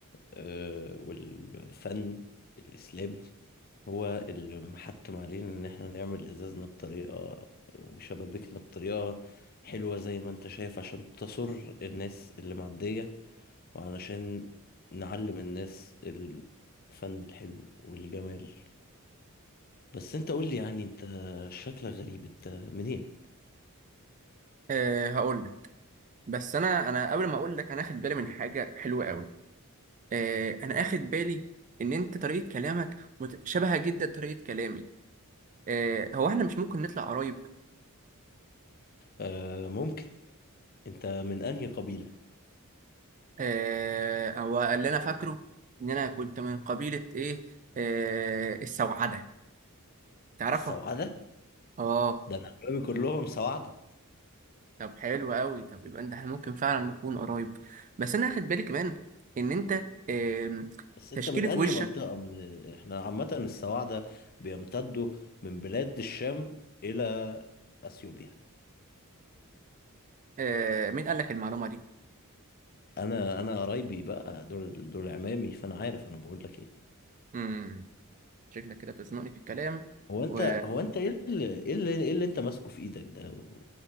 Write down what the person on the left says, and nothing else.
آه، والفن الإسلامي هو اللي محتم علينا إن احنا نعمل إزازنا بطريقة وشبابيكنا بطريقة حلوة زي ما انت شايف عشان تسر الناس اللي معدية وعلشان نعلم الناس الفن الحلو والجمال بس انت قول لي يعني انت شكلك غريب انت منين؟
آه ممكن انت من انهي قبيلة؟
السوعدة؟
ده انا عمامي كلهم سوعدة
بس انت
من انهي
منطقة من احنا عامة السواعدة بيمتدوا من بلاد الشام الى اثيوبيا
انا انا قرايبي بقى دول دول عمامي فانا عارف انا بقول لك ايه
هو انت
هو انت ايه اللي ايه اللي, إيه اللي انت ماسكه في ايدك ده و...